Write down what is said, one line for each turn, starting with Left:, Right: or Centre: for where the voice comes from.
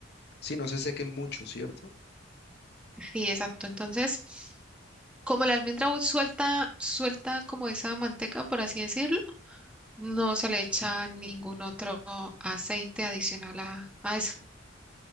Left: sí, no se sequen mucho, ¿cierto?
Centre: Sí, exacto. Entonces, como la almendra u- suelta, suelta como esa manteca, por así decirlo, no se le echa ningún otro aceite adicional a, a eso.